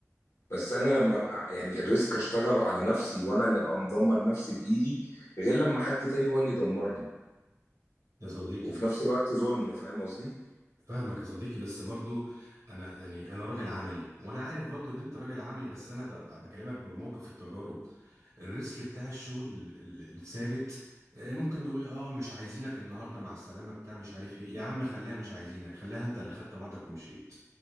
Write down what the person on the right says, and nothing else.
يا صديقي
فاهمك يا صديقي بس برضو انا يعني انا راجل عملي وانا عارف برضو ان انت راجل عملي بس انا ب- ب- بكلمك بموقف التجارب الريسك بتاع الشغل ال- الثابت آه، ممكن نقول إيه، اه مش عايزينك النهارده مع السلامه بتاع مش عارف ايه يا عم خليها مش عايزينك خليها انت اللي خدت بعضك ومشيت